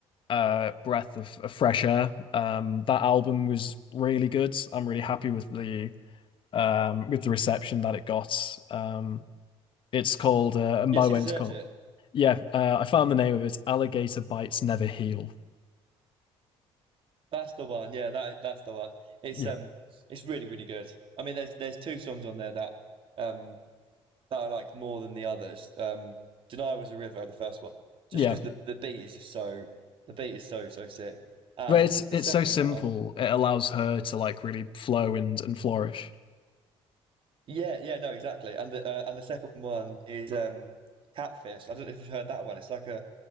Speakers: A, on the left (about 50°); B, on the right (about 55°).
A: uh breath of, of fresh air. Um that album was really good. I'm really happy with the um with the reception that it got. Um It's called, uh, and
B: Yeah,
A: by
B: she
A: the way,
B: deserves
A: it's called.
B: it.
A: Yeah, uh, I found the name of it. It's Alligator Bites Never Heal.
B: That's the one. Yeah, that that's the one. It's
A: Yeah,
B: um, it's really really good. I mean, there's there's two songs on there that um that I like more than the others. Um, "Denial" was a river, the first one, just
A: yeah.
B: because the the beat is just so the beat is so so sick. And
A: But it's
B: the
A: it's
B: second
A: so simple.
B: one,
A: It allows her to like really flow and and flourish.
B: yeah, yeah, no, exactly. And the uh, and the second one is um, Catfish. I don't know if you've heard that one. It's like a